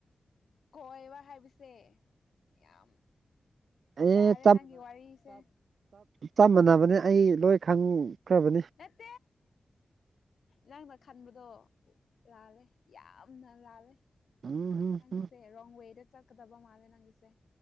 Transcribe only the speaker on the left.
ꯀꯣꯏꯕ ꯍꯥꯏꯕꯁꯦ ꯌꯥꯝ
ꯌꯥꯔꯦ ꯅꯪꯒꯤ ꯋꯥꯔꯤꯁꯦ
ꯍ ꯅꯪꯅ ꯈꯟꯕꯗꯣ ꯂꯥꯜꯂꯦ ꯌꯥꯝꯅ ꯂꯥꯜꯂꯦ
ꯅꯪꯒꯤꯁꯦ
ꯔꯣꯡ ꯋꯦꯗ ꯆꯠꯀꯗꯕ ꯃꯥꯜꯂꯦ ꯅꯪꯒꯤꯁꯦ